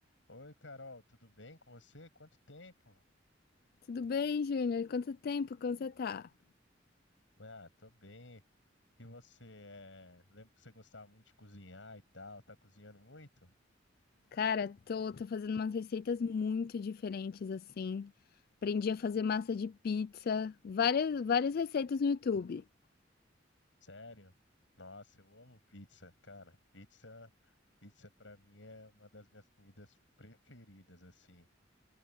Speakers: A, on the left; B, on the left.
A: Oi, Carol, tudo bem com você? Quanto tempo?
B: Tudo bem, Júnior? Quanto tempo? Como você tá?
A: Ah, tô bem. E você, é... lembro que você gostava muito de cozinhar e tal, tá cozinhando muito?
B: Cara, tô, tô fazendo umas receitas muito diferentes assim. Aprendi a fazer massa de pizza, várias, várias receitas no YouTube.
A: Sério? Nossa, eu amo pizza, cara. Pizza, pizza para mim é uma das minhas comidas preferidas, assim.